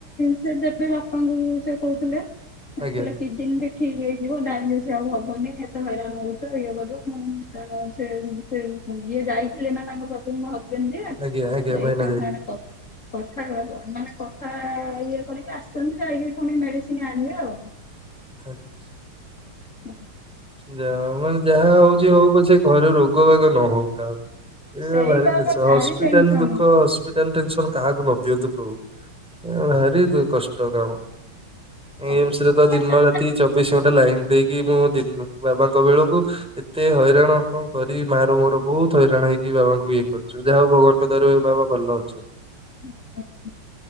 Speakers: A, on the left; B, in the centre.
A: ସେ ଦେବେ ବାପାଙ୍କୁ ସେ କହୁଥିଲେ
B: ଆଜ୍ଞା।
A: କୀଡିନି ବିକି। ଠିକ ହେଇଯିବ ଡାଇଲିସ୍‌ ଆଉ ହବନି ଏତେ ହଇରାଣ ହଉଛ ହେଆହବ। ଉଁ ସେ ସେ ଯିଏ ଯାଇଥିଲେ ନା ତାଙ୍କ ଶତ୍ରୁନ <unintelligible>
B: ଆଜ୍ଞା ଆଜ୍ଞା
A: ଯାଇ
B: ଭାଇନା
A: ତାଙ୍କରେ
B: ଯାଇଥିଲେ
A: ସାଙ୍ଗେ କଥ କଥା ମାନେ କଥା ଇଏକରିକି ଆସିଛନ୍ତି ଯାଇକି ପୁଣି ମେଡିସିନ ଆଣିବେ ଆଉ।
B: <inaudible>
A: ହୁଁ
B: ଯାଉମାନେ ଯାହା ହଉଛି ହଉ ପଛେ ଘରେ ରୋଗବାଗ ନ ହଉ କାହାକୁ।
A: ସେଇଟା
B: ଏରାଭାରି
A: ଗୋଟେ
B: ଟେସନ
A: ଭାରି
B: ହସ୍ପିଟାଲ
A: ଟେନସନ।
B: ଦୁଃଖ ହସ୍ପିଟାଲ। ହସ୍ପିଟାଲ ଟେସନ କାହାକୁ ନ ଦିଅନ୍ତୁ ପ୍ରଭୁ ଭାରି କଷ୍ଟ କାମ।
A: ତାପରେ
B: ଏମେସରେ ତ ଦିନ ରାତି ଚବିଶ ଘଣ୍ଟା ଲାଇନ ଦେଇକି ମୁଁ ଦିନ ବାବାଙ୍କ ବେଳକୁ ଏତେ ହଇରାଣ କଣ କରି ମା ର ମୋର ବହୁତ ହଇରାଣ ହେଇକି ବାବାଙ୍କୁ ଇଏ କରୁଛୁ। ଯା ହଉ ଭଗବାନଙ୍କ ଦୟାରୁ ଏ ବାବା ଭଲ ଅଛନ୍ତି।
A: <inaudible>